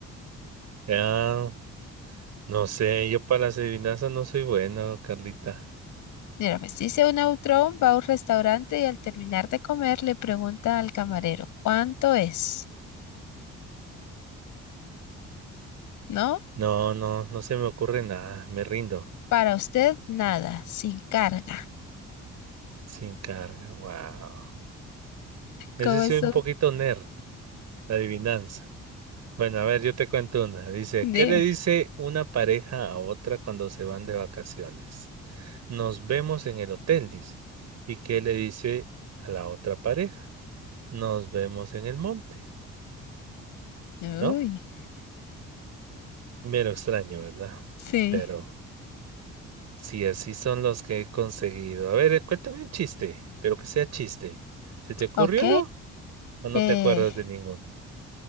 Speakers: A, on the right; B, on the left.
A: Ah, no sé, yo para las adivinanzas no soy bueno, Carlita.
B: Mira, pues dice un autrón, va a un restaurante y al terminar de comer le pregunta al camarero, ¿cuánto es? ¿No?
A: No, no, no se me ocurre nada, me rindo.
B: Para usted nada, sin carga.
A: Sin carga, wow. Ese
B: ¿Cómo
A: sí
B: eso
A: es un poquito nerd, la adivinanza. Bueno, a ver, yo te cuento una. Dice,
B: de...
A: ¿qué le dice una pareja a otra cuando se van de vacaciones? Nos vemos en el hotel, dice. ¿Y qué le dice a la otra pareja? Nos vemos en el monte,
B: Uy,
A: ¿no? Mero extraño, ¿verdad?
B: sí,
A: Pero sí, así son los que he conseguido. A ver, cuéntame un chiste, pero que sea chiste. ¿Se te ocurrió
B: ok.
A: uno o no
B: Eh,
A: te acuerdas de ninguno?